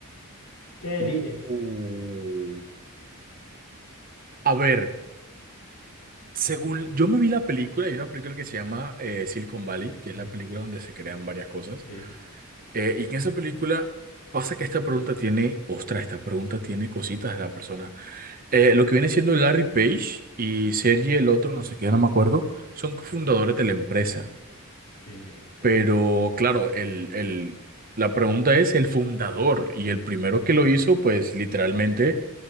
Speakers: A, on the left; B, on the right.
A: ¿Qué
B: uh.
A: eliges?
B: uh. A ver. Según yo me vi la película, hay una película que se llama eh, Silicon Valley, que es la película donde se crean varias cosas.
A: Sí,
B: Eh, y en esa película pasa que esta pregunta tiene, ostras, esta pregunta tiene cositas de la persona. Eh, lo que viene siendo Larry Page y Sergey, el otro, no sé qué, no me acuerdo, son cofundadores de la empresa.
A: sí, ok.
B: Pero claro, el, el, la pregunta es el fundador y el primero que lo hizo, pues literalmente